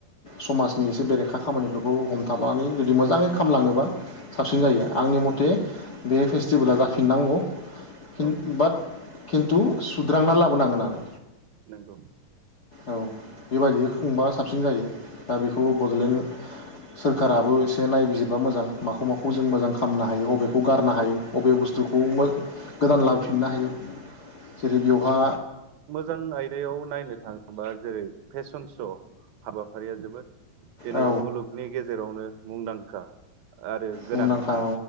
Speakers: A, on the left (about 45°); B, on the right (about 75°).
A: समाजनि एसे बेरेखा खामानिफोरखौ हम थाबानानै जुदि मोजाङै खालामलाङोबा साबसिन जायो
B: औ
A: आंनि मथे बे फेस्ट सिबोला जाखो <unintelligible> फिननांगौ फिन
B: औ
A: बाट। न्थु सुद्रांना लाबोनांगोन आरो।
B: नंगौ
A: औ बेबायदि खुंबा साबसिन जायो दा बेखौ बड'ल लेन सोरखाराबो इसे नायबिज दिबा मोजां माखौ माखौ जों मोजां खामनो हायो अबेखौ गारनो हायो अबे बुस्थुखौ मो गोदान लाबोफिननो हायो जेरै बेयावहा
B: जां आयदायाव नायनो थाङोबा जेरै फेशन श' हाबाफारिया जोबोद। दिनै
A: औ
B: मुलुगनि गेजेरावनो मुंदां का आरो गोनांथि
A: मुंदांखा